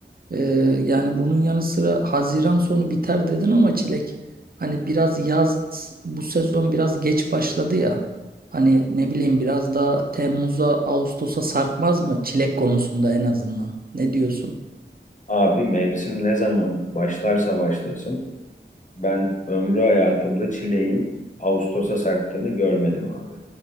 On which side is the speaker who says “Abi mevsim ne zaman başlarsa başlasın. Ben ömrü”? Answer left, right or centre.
Left